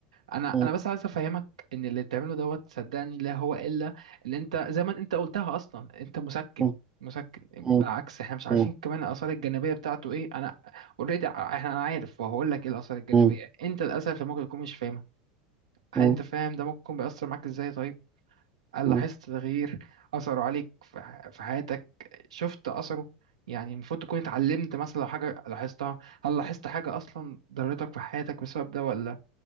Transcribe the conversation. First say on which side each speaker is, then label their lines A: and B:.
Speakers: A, on the right; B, on the right.
A: أنا
B: مم.
A: أنا بس عايز أفهمك إن اللي بتعمله دوت صدقني لا هو إلا إن أنت زي ما أنت قلتها أصلا أنت مسكن
B: مم.
A: مسكن
B: مم.
A: بالعكس احنا مش عارفين
B: مم.
A: كمان الاثار الجانبيه بتاعته ايه انا اوريدي احنا انا عارف وهقول لك ايه الاثار الجانبيه
B: مم.
A: انت للاسف ممكن تكون مش فاهم هل
B: مم.
A: انت فاهم ده ممكن بيأثر معاك ازاي طيب هل
B: مم.
A: لاحظت تغيير أثره عليك في ح- في حياتك شفت أثره يعني المفروض تكون اتعلمت مثلا لو حاجة لاحظتها هل لاحظت حاجة أصلا ضرتك في حياتك بسبب ده ولا